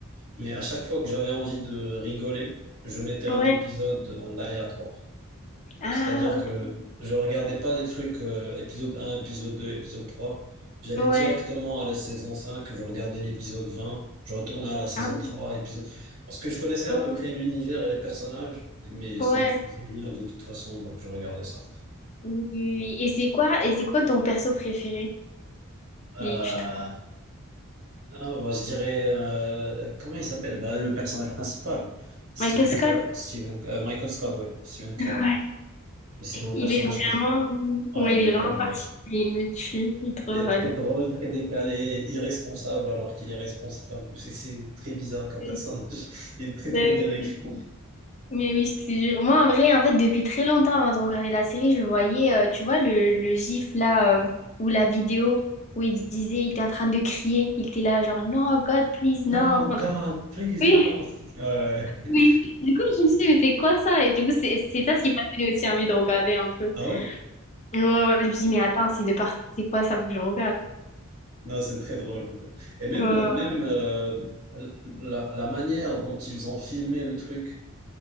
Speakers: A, on the right (about 80°); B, on the left (about 35°).
A: mais à chaque fois que j'avais envie de rigoler, je mettais un
B: Ouais.
A: épisode en aléatoire.
B: Ah,
A: C'est-à-dire que
B: OK.
A: je regardais pas des trucs euh, épisode un épisode deux épisode trois J'allais
B: Ouais.
A: directement à la saison cinq je regardais l'épisode vingt je retournais à la saison
B: Ah oui.
A: trois épisode... Parce que je connaissais à
B: Ouais.
A: peu près l'univers et les personnages, mais ça
B: ouais.
A: me faisait rire de toute façon, donc je regardais ça.
B: Oui, Et c'est quoi, et c'est quoi ton perso préféré?
A: Euh,
B: Si tu te-
A: non, bah, je dirais... euh, comment il s'appelle? Bah, le personnage principal. Stephen
B: Michael Scott?
A: Carell, Stephen, euh, Michael Scott, oui. Stephen Carell.
B: Ouais.
A: Mais c'est mon
B: Il
A: personnage
B: est
A: principal.
B: vraiment,
A: Ouais,
B: ouais,
A: il
B: il est
A: est
B: vraiment
A: très drôle.
B: particulier, il me tue, il est trop
A: est
B: drôle.
A: très drôle, très décalé, irresponsable alors qu'il est responsable. C'est c'est très bizarre comme
B: Euh,
A: personnage. <laughs> Il est très
B: ben
A: très bien écrit.
B: oui. Mais oui, je te jure. Moi, en vrai, en fait, depuis très longtemps avant de regarder la série, je voyais, euh, tu vois, le, le gif là, euh, ou la vidéo où il disait, il était en train de crier, il était là, genre, non, God, please,
A: No,
B: non.
A: God, please,
B: Oui,
A: no. <laughs> Ouais.
B: oui. Du coup, je me suis dit, mais c'est quoi ça? Et du coup, c'est c'est ça ce qui m'a donné aussi envie de regarder un peu.
A: Ah ouais?
B: Ouais, ouais, je me suis dit, mais attends, c'est de part, c'est quoi ça? Faut que je regarde.
A: Non, c'est très drôle. en fait. Et même,
B: Euh,
A: même euh, la, la manière dont ils ont filmé le truc,